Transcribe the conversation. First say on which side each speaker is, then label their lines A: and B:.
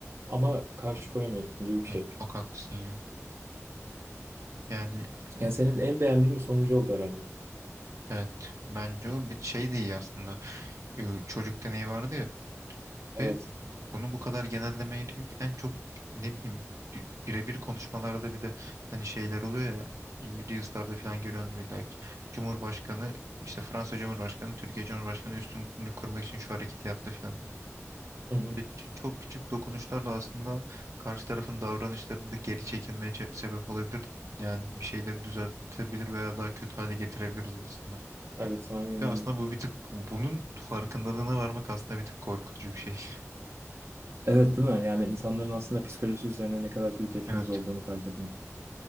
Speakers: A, on the right (about 55°); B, on the right (about 75°).
A: ama karşı koyamıyorsun gibi bir şey.
B: Evet, çok haklısın ya. Yani
A: Yani senin en beğendiğin bir sonucu oldu herhalde.
B: evet. Bence o bir şey de iyi aslında. Ee, Çocuk deneyi vardı ya.
A: Evet.
B: Ve bunu bu kadar genellemeye yük en çok ne bileyim bi- birebir konuşmalarda bile hani şeyler oluyor ya i- Reels'larda falan görüyordur illa ki. Cumhurbaşkanı işte Fransa Cumhurbaşkanı Türkiye Cumhurbaşkanı üstünlüğünü kurmak için şu hareketi yaptı falan.
A: Hı hı.
B: Ve ç- çok küçük dokunuşlarla aslında karşı tarafın davranışlarında geri çekilmeye çe- sebep olabilir. Yani bir şeyleri düzeltebilir veya daha kötü hale getirebiliriz aslında.
A: Evet aynen
B: Ve
A: öyle.
B: aslında bu bir tık bunun farkındalığına varmak aslında bir tık korkutucu bir şey. <laughs>
A: Evet değil mi? Yani insanların aslında psikolojisi üzerine ne kadar büyük etkimiz
B: Evet.
A: olduğunu fark etmek.